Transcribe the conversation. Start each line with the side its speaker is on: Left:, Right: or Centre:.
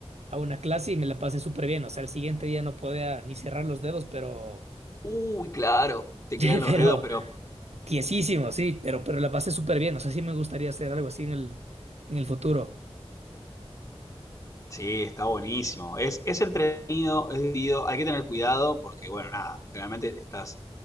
Right: a una clase y me la pasé súper bien. O sea, el siguiente día no podía ni cerrar los dedos, pero,
Left: Uy, claro, te
Right: <laughs>
Left: quedan los
Right: pero,
Left: dedos, pero
Right: tiesísimo, sí, pero, pero la pasé súper bien. O sea, sí me gustaría hacer algo así en el, en el futuro.
Left: Sí, está buenísimo. Es, es entretenido, es divertido. Hay que tener cuidado porque, bueno, nada, generalmente estás